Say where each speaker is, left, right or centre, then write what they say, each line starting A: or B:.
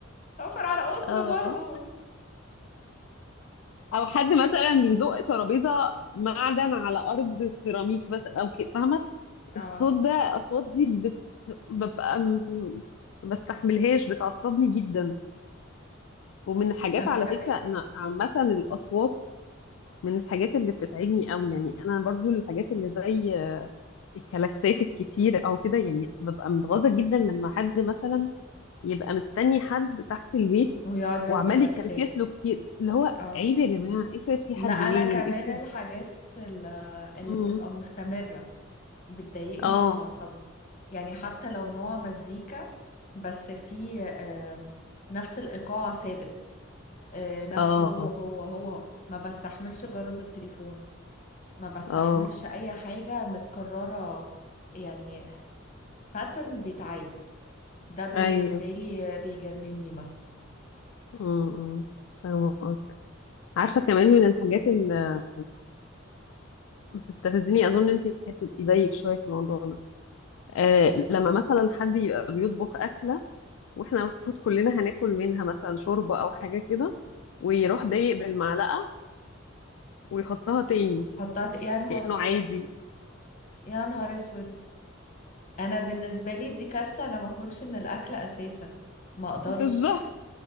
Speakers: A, on the left; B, on the left.
A: ضوافر على قطن
B: اه
A: برضو
B: او حد مثلا بيزق ترابيزه معدن على ارض السيراميك بس او كده فاهمه
A: اه
B: الصوت ده اصوات دي بت... ببقى م- ما بستحملهاش بتعصبني جدا ومن حاجات
A: انا
B: على
A: كمان
B: فكره انا عامه الاصوات من الحاجات اللي بتتعبني قوي يعني انا برضو الحاجات اللي زي الكلاكسات الكتير او كده يعني ببقى متغاظه جدا لما حد مثلا يبقى مستني حد تحت البيت
A: ويقعد يربي
B: وعمال
A: جلاكسات
B: يكلكس له كتير اللي هو
A: اه
B: عيب يا جماعه افرض في
A: لا
B: حد
A: انا
B: نايم
A: كمان
B: افرض
A: الحاجات ال- اللي
B: امم
A: بتبقى مستمرة بتضايقني
B: اه
A: وبتعصبني يعني حتى لو نوع مزيكا بس في آم، نفس الإيقاع ثابت آه، نفسه
B: اه
A: هو هو هو ما بستحملش جرس التليفون ما بستحملش
B: اه
A: أي حاجة متكررة يعني باترن بيتعاد ده بالنسبة
B: ايوه
A: لي بيجنني مثلا
B: امم فاهمه قصدك عارفه كمان من الحاجات اللي بتستفزني اظن انت هتبقي زيك شويه في الموضوع ده آه لما مثلا حد يبقى بيطبخ اكله واحنا المفروض كلنا هناكل منها مثلا شوربة او حاجة كده ويروح ضايق بالمعلقة ويحطها تاني
A: حطها ت- يا نهار
B: كأنه
A: اسود
B: عادي
A: يا نهار اسود انا بالنسبه لي دي كارثه انا ما اكلش من الاكل اساسا ما اقدرش
B: بالظبط